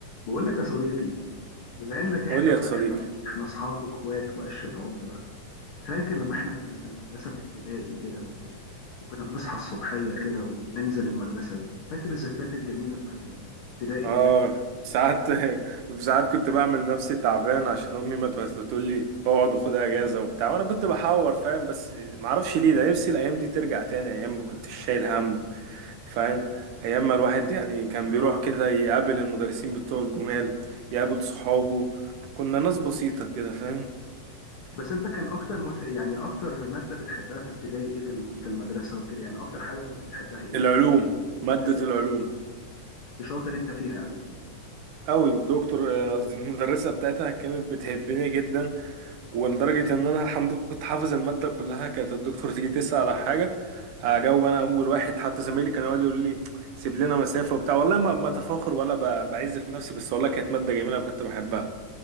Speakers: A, on the left; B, on the right.
A: بقول لك يا صديقي بما انك احنا
B: قول لي يا
A: بقى
B: صديقي
A: احنا احنا اصحاب واخوات وعشره عمر بقى فاكر لما احنا كنا في المدرسه في ابتدائي كده و... وكنا بنصحى الصبحيه كده وننزل المدرسه فاكر الذكريات الجميله بتاعت الابتدائي
B: اه
A: ديت
B: ساعات <laughs> في ساعات كنت بعمل نفسي تعبان عشان امي ما تقول لي اقعد وخد اجازه وبتاع وانا كنت بحاور فاهم بس ما اعرفش ليه ده نفسي الايام دي ترجع تاني ايام ما كنتش شايل هم فاهم ايام ما الواحد يعني كان
A: اه
B: بيروح كده يقابل المدرسين بتوع الجمال يقابل صحابه كنا ناس بسيطه كده فاهم
A: بس انت كان اكتر م... يعني اكتر ماده بتحبها في ابتدائي ايه في ال- في المدرسه وكده يعني اكتر حاجه كنت بتحبها ايه
B: العلوم ماده
A: تحب
B: العلوم
A: كنت شاطر انت فيها قوي
B: قوي الدكتور آه، قصدي المدرسه بتاعتها كانت بتحبني جدا ولدرجة إن أنا الحمد لله كنت حافظ المادة كلها كانت الدكتور تيجي تسأل على حاجة أجاوب أنا أول واحد حتى زمايلي كانوا يقعدوا يقولوا لي سيب لنا مسافة وبتاع والله ما ما أتفاخر ولا ب- بعز في نفسي بس والله كانت مادة جميلة كنت بحبها